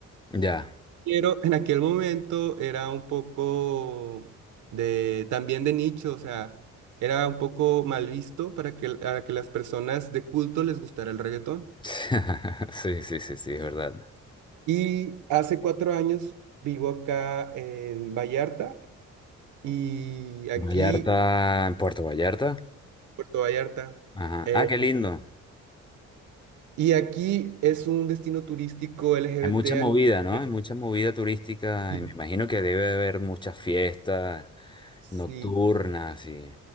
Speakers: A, on the left (about 15°); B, on the right (about 75°).
A: ya.
B: pero en aquel momento era un poco de también de nicho, o sea, era un poco mal visto para que, a que las personas de culto les gustara el reggaetón.
A: <laughs> Sí, sí, sí, sí, es verdad.
B: Y hace cuatro años vivo acá en Vallarta y
A: <laughs>
B: aquí
A: Vallarta, en Puerto Vallarta.
B: Puerto Vallarta.
A: Ajá.
B: Eh,
A: Ah, qué lindo.
B: y aquí es un destino turístico LGBT.
A: Hay mucha movida,
B: a nivel-
A: ¿no?
B: mundial.
A: Hay mucha movida turística.
B: Sí,
A: y me imagino que debe haber muchas fiestas
B: sí,
A: nocturnas y...